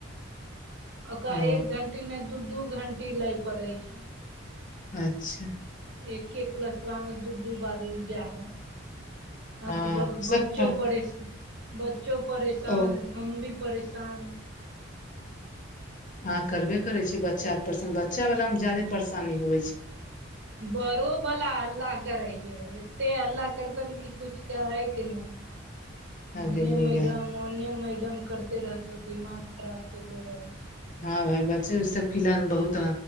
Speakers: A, on the right (about 60°); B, on the left (about 40°).
A: ओकरा
B: ओ
A: एक घंटी नहि दू दू घंटी लय पड़ै छै
B: अच्छा
A: एक एक लसबा मे दू दू बार जाहो अकबक
B: हँ सब
A: बच्चो
B: पर
A: परेशान बच्चो परेशान
B: ओ
A: हम भी परेशान
B: ह करबे करे छै बच्चा परेशान बच्चा वाला मे ज्यादे परेशानी होइ छै
A: बड़ो बला हल्ला करय छै एते हल्ला करतन की कुछ कहे के नहि <inaudible>
B: आगे
A: ओन्ने
B: मैया
A: मैडम ओन्ने मैडम करते रहतौ दिमाग खराब कले रहै छै
B: हँ भाई बच्चे सब किल बहुत